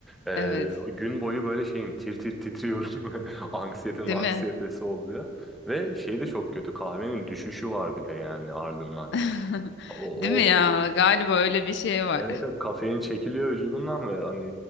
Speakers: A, in the centre; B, on the left.
A: Ee,
B: evet.
A: gün boyu böyle şeyim tir tir titriyorum. <laughs> Anksiyetenin
B: Değil
A: anksiyetesi
B: mi?
A: oluyor. Ve şey de çok kötü kahvenin düşüşü var bir de yani ardından.
B: <laughs>
A: O,
B: Değil mi ya?
A: o...
B: Galiba öyle bir şey var.
A: Evet, evet kafein çekiliyor vücudundan ve hani